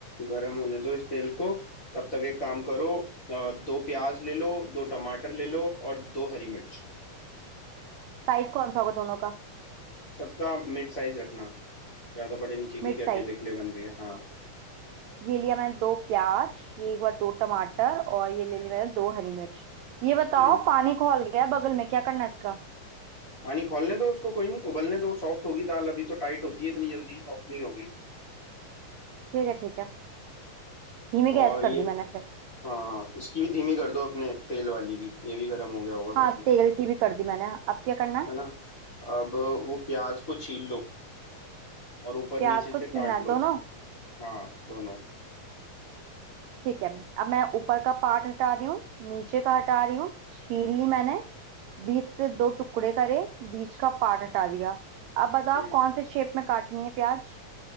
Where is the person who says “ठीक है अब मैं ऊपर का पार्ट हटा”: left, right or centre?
Right